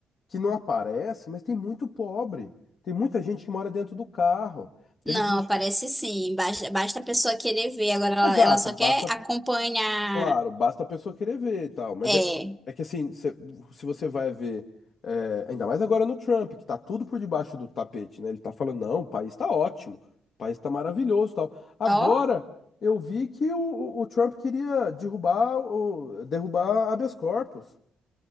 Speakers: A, on the left; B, in the centre.
A: que não aparece, mas tem muito pobre. Tem muita gente que mora dentro do carro. Tem
B: Não,
A: muita gente
B: aparece
A: que...
B: sim. Basta, basta a pessoa querer ver. Agora, ela,
A: Exato,
B: ela só
A: basta,
B: quer acompanhar.
A: claro, basta a pessoa querer ver e tal. Mas
B: É,
A: é, é que assim, se, se você vai ver, é, ainda mais agora no Trump, que tá tudo por debaixo do tapete, né? Ele tá falando, não, o país tá ótimo, o país tá maravilhoso e tal. Agora
B: ó,
A: eu vi que o, o o Trump queria derrubar, o, derrubar habeas corpus.